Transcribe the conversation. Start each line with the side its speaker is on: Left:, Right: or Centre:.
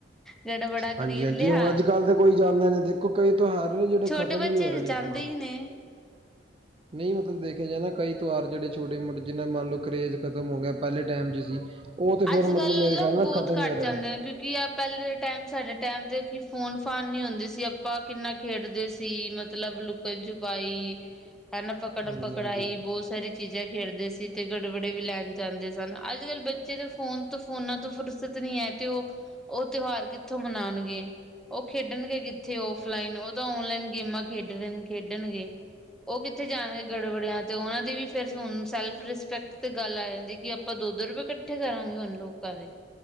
Centre: ਗੜਵੜਾ
Right: ਹਾਂਜੀ
Centre: ਖਰੀਦ
Right: ਹਾਂਜੀ
Centre: ਲਿਆ?
Right: ਹੁਣ ਅੱਜ ਕੱਲ੍ਹ ਤਾਂ ਕੋਈ ਜਾਂਦਾ ਨੀ, ਦੇਖੋ ਕਈ ਤੌਹਾਰ ਨੇ ਜੇੜੇ
Centre: ਛੋਟੇ
Right: ਖਤਮ
Centre: ਬੱਚੇ
Right: ਵੀ ਹੋ ਰੇ
Centre: ਜਾਂਦੇ
Right: ਨੇ ਅਪਨਾ।
Centre: ਹੀ ਨੇ
Right: ਨਹੀਂ ਮਤਲਬ ਦੇਖਆ ਜਾਏ ਨਾ, ਕਈ ਤੋਹਾਰ ਜੇੜੇ ਛੋਟੇ -ਮੋਟੇ ਜਿਨਾ ਮੰਨ ਲੋ ਕਰੇਜ ਖਤਮ ਹੋ ਗਯਾ, ਪੈਲੇ ਟਾਈਮ ਚ ਸੀ। ਉਹ ਤੇ ਫਿਰ
Centre: ਅੱਜ-ਕੱਲ
Right: ਮਤਲਬ ਮੇਰੇ ਖਿਆਲ ਨਾਲ
Centre: ਬੋਤ
Right: ਖਤਮ
Centre: ਘੱਟ
Right: ਹੋ ਰਿਹਾ
Centre: ਜਾਂਦੇ ਨੇ। ਕਯੋਂ ਕਿ ਪੈਲੇ ਟਾਈਮ, ਸਾਡੇ ਟਾਈਮ ਤੇ ਕਿ ਫੋਨ ਫਾਨ ਨੀ ਹੋਂਦੇ ਸੀ। ਅਪਾ ਕਿੰਨਾ ਖੇਡਦੇ ਸੀ ਮਤਲਬ, ਫੇਰ ਜੋਗਾ ਈ, ਹੈਨਾ ਪੱਕੜਮ-ਪੱਕੜਾਈ
Right: ਹਾਂਜੀ ਹਾਂਜੀ
Centre: ਬੋਸ, ਸਾਰੀ ਚੀਜ਼ਾਂ ਖੇਡਦੇ ਸੀ, ਤੇ ਗੜਵੜੇ ਵੀ ਲੈਣ ਜਾਂਦੇ ਸਨ। ਅੱਜ ਕੱਲ੍ਹ ਬੱ ਜਿਦੋਂ ਫੋਨ ਤੋਂ ਫੋਨਾਂ ਤੋਂ ਫ਼ੁਰਸਤ ਨੀ ਹੈ, ਤੇ ਔ, ਔ ਤੁਹਾਰ ਕਿੱਥੋਂ ਮਨਾਨਗੇਂ, ਔ ਖੇਡਣਗੇ ਕਿੱਥੇ ਔ ਫਲਾਈਨ ਉਹ ਤਾਂ ਔਨਲਾਈਨ ਗੇਮਾਂ ਖੇਡ ਰੇ ਨ ਖੇਡਣਗੇ, ਉਹ ਕਿੱਥੇ ਜਾਣਗੇ ਗੜਬੜਿਆਂ ਤੇ, ਉਹਨਾਂ ਦੀ ਵੀ ਫਿਰ ਹੁਣ ਸੈਲਫ ਰਿਸਪੈਕਟ, ਤੇ ਗੱਲ ਆ ਜਾਂਦੀ। ਕਿ ਆਪਾਂ ਦੋ ਦੋ ਰੁਪਏ ਇਕੱਠੇ ਕਰਾਂਗੇ ਹੁਣ ਲੋਕਾਂ ਦੇ,